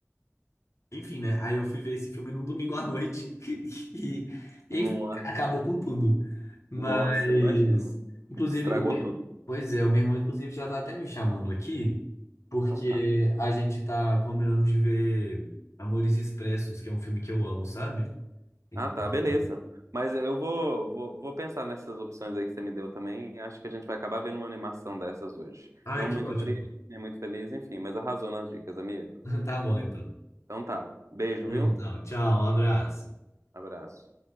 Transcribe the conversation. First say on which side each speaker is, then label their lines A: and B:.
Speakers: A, on the left (about 65°); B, on the right (about 70°).
A: enfim, né? Aí eu fui ver esse filme num domingo à noite <laughs> e, e,
B: Nossa.
A: enfim, acabou com tudo. Mas,
B: Nossa, eu imagino.
A: inclusive,
B: Estragou
A: o meu...
B: tudo.
A: pois é, o meu irmão inclusive já tá até me chamando aqui porque
B: Então tá.
A: a gente tá combinando de ver Amores Expressos, que é um filme que eu amo, sabe? Então-
B: Ah, tá, beleza. Mas eu vou, vou, vou pensar nessas opções aí que você me deu também. Acho que a gente vai acabar vendo uma animação dessas hoje.
A: Ai,
B: Não
A: que
B: muito
A: ótimo.
B: triste, nem muito feliz, enfim, mas arrasou nas dicas, amigo.
A: <laughs> Tá bom, então.
B: Então tá. Beijo,
A: Então,
B: viu?
A: tchau, um abraço.
B: Abraço.